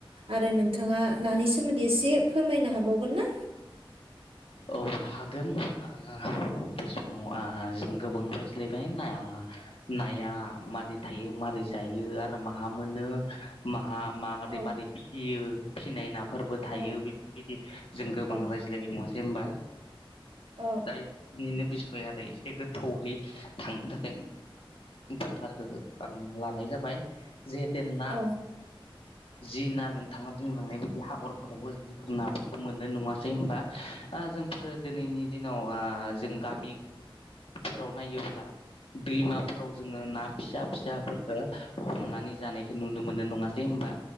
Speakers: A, on the right; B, on the left.
A: आरो नोंथाङा नानि सोमोन्दै एसे फोरमायनो हाबावगोन ना
B: औ हागोन आ बे समाव आ जों गोबां रायज्लायबाय ना नाया मारै थायो माबारै जायो आरो माहा मोनो। माहा मारै
A: औ
B: मारै फियो फिनाय नाफोरबो थायो
A: औ
B: बे बिदि जों गोबां
A: औ
B: रायज्लायो नङासै होमबा
A: औ
B: दा बिनिनो बिसय आरो एसे गोथौयै थांनो थाखायनो बाथ्राखो आं लानाय जाबाय जिहेते ना
A: औ
B: जि ना नोंथाङा बुंलांनाय बायदि हगरफोरावबो जिफोर नाफोरखौ मोनो नवासै होमबा ओ जोंफोरो दिनैनि दिनाव ओ जों गामिफोराव नायोब्ला दैमाफोराव जोङो ना फिसा फिसा फोरफोरखो हमनानै जानायखौ नुनो मोननाय नङासै होनोमबा